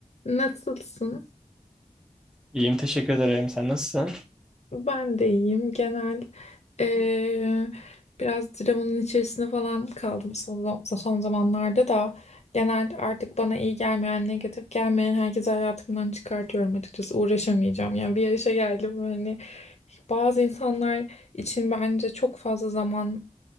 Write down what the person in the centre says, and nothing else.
İyiyim, teşekkür ederim. Sen nasılsın?